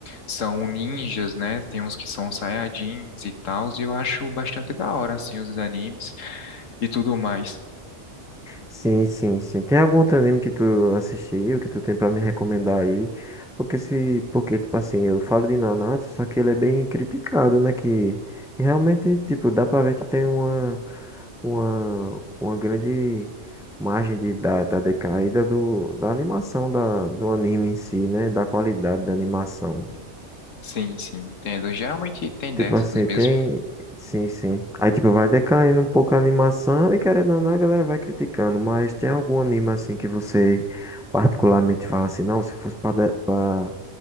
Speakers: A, on the left; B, in the centre.
A: são ninjas, né? Tem uns que são saiyajins e tal, e eu acho bastante da hora, assim, os animes e tudo mais.
B: Sim, sim, sim. Tem algum outro anime que tu assistiu, que tu tem pra me recomendar aí? Porque se, porque tipo assim, eu falo de Nanatsu, só que ele é bem criticado, né? Que e realmente, tipo, dá pra ver que tem uma uma uma grande margem de, da, da decaída do, da animação da, do anime em si, né? Da qualidade da animação.
A: Sim, sim, entendo. Geralmente tem
B: Tipo
A: dessas
B: assim,
A: mesmo.
B: tem. Sim, sim. Aí, tipo, vai decaindo um pouco a animação e querendo ou não, a galera vai criticando. Mas tem algum anime assim que você particularmente fala assim, não, se fosse pra, de- pra,